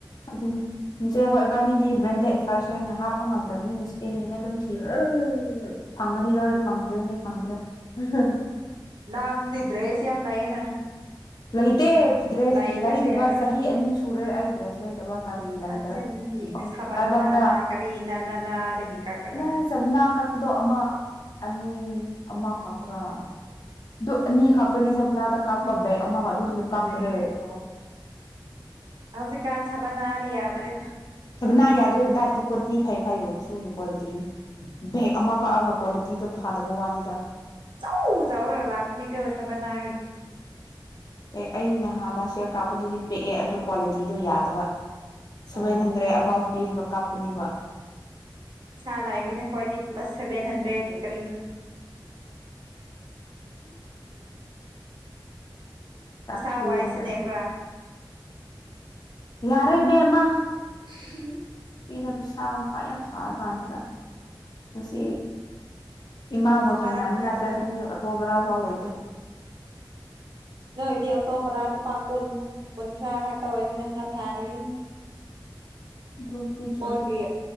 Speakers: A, on the left; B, on the right.
A: ꯑꯗꯨꯅꯤ ꯖꯦ ꯒꯣꯏ ꯏꯕꯥꯅꯤꯗꯤ ꯕ꯭ꯔꯦꯟꯗꯦꯠ ꯐꯥꯔ꯭ꯆ ꯍꯦꯟ ꯍꯥꯞꯄ ꯉꯝꯗꯕꯅꯤꯅꯦ ꯁꯦꯀꯦꯟ ꯍꯦꯟꯅ ꯑꯗꯨꯝ ꯊꯤꯔꯒ ꯐꯪꯉꯗꯤ ꯂꯧꯔꯦ ꯐꯪꯗ꯭ꯔꯥꯗꯤ ꯐꯪꯗ꯭ꯔꯦ ꯑꯍꯥ-ꯍ
B: ꯅꯪꯗꯤ ꯗ꯭ꯔꯦꯖ ꯌꯥꯝꯅ ꯂꯩꯌꯦꯅ
A: ꯂꯩꯇꯦ ꯗ꯭ꯔꯦꯁ
B: ꯂꯩꯇ꯭ꯔꯁꯨ
A: ꯂꯩꯗꯕ
B: ꯌꯥꯔꯦ
A: ꯆꯍꯤ ꯑꯅꯤ ꯁꯨꯔꯦ ꯑꯩ ꯗ꯭ꯔꯦꯁ ꯂꯩꯗꯕ ꯀꯔꯤ ꯂꯩꯗꯥꯔꯦꯕꯛ
B: ꯅꯆꯤꯟ ꯊꯤꯒꯅꯨ ꯁꯕꯅꯥꯅ
A: ꯀꯥꯏꯕꯝꯇ
B: ꯀꯔꯤꯅ ꯅꯅꯥꯗꯒꯤ ꯀꯛꯑꯒ
A: ꯂꯥꯏꯔꯖꯕꯅ ꯀꯛ ꯑꯗꯣ ꯑꯃ ꯑꯅꯤ ꯑꯃ ꯈꯛꯇ꯭ꯔꯥ ꯑꯗꯨ ꯑꯅꯤ ꯈꯛꯇꯅꯤ ꯁꯚꯥꯅꯥꯗ ꯀꯛꯄ ꯕꯦꯛ ꯑꯃꯥ ꯑꯗꯨ ꯀꯥꯞꯇ꯭ꯔꯦ
B: ꯍꯧꯖꯤꯛꯀꯥꯟ ꯁꯕꯅꯥꯗꯤ ꯌꯥꯗ꯭ꯔꯦꯗ
A: <unintelligible> ꯅ ꯌꯥꯗ꯭ꯔꯦꯒ ꯗꯥꯇꯀꯤ ꯀꯣꯔꯁꯤ <unintelligible> ꯐꯩ-ꯐꯩ ꯍꯨꯏꯊꯨꯒꯤ ꯀ꯭ꯋꯥꯂꯤꯇꯤꯅꯤ ꯕꯦꯛ ꯑꯃ ꯀꯛꯑꯒ ꯀ꯭ꯋꯥꯂꯤꯇꯤꯗꯨ ꯐꯥꯗꯕ ꯋꯥꯅꯤꯗ
B: ꯆꯧꯎ ꯆꯧꯎꯔꯒ ꯂꯥꯛꯀꯅꯤꯀꯣ ꯁꯥꯚꯥꯅꯥꯒꯤꯗꯤ
A: ꯑꯦ ꯑꯩ ꯅꯍꯥꯟꯂꯥ ꯁꯦꯌꯔ ꯀꯥꯞꯄꯗꯨꯗꯤ ꯄꯦꯛꯑꯦ ꯑꯗꯨ ꯀ꯭ꯋꯥꯂꯤꯇꯤꯗꯣ ꯌꯥꯗꯕ ꯁꯨꯕꯦꯍꯟꯗ꯭ꯔꯦꯠ
B: ꯑꯣ
A: ꯑꯕ꯭ꯞ ꯄꯤꯔꯕ ꯇꯥꯛꯄꯅꯦꯕ
B: ꯄꯩꯁꯥ ꯂꯥꯛꯏꯕꯅ ꯈꯣꯏꯗꯤ ꯄ꯭ꯂꯁ ꯁꯚꯦꯟ ꯍꯟꯗ꯭ꯔꯦꯠ ꯀꯔꯤꯅꯣ
A: ꯀꯛꯄꯤꯔꯒ
B: ꯄꯩꯁꯥ ꯋꯥꯏꯁꯤꯅꯦ ꯈꯔ
A: ꯌꯥꯔꯦ ꯏꯕꯦꯝꯃ
B: <unintelligible>
A: ꯏꯗ ꯄꯤꯁꯥ ꯃꯊ ꯌꯥꯝ ꯁꯥꯀꯥꯟꯁꯤꯗ ꯉꯁꯤ ꯏꯃꯥꯕꯨ
B: ꯁꯥꯔꯝꯃꯣꯏꯗ
A: ꯊꯦꯡꯅꯅꯤꯉꯥꯏ ꯆꯠꯀꯅꯤ
B: ꯅꯪꯗꯤ
A: ꯑꯣꯇꯣ ꯄꯔꯥ ꯐꯥꯎ ꯂꯩ <inaudible>
B: ꯅꯣꯏꯗꯤ ꯑꯇꯣ ꯕꯔꯥ ꯂꯨꯄꯥ ꯀꯨꯟ ꯀꯨꯟꯊ꯭ꯔꯥ ꯈꯛꯇ ꯑꯣꯏꯅꯤꯅ ꯈꯔ ꯐꯥꯔꯤ
A: ꯙꯨꯞꯇꯤ
B: ꯑꯩꯈꯣꯏꯒꯤ
A: ꯆꯣꯝꯃꯦ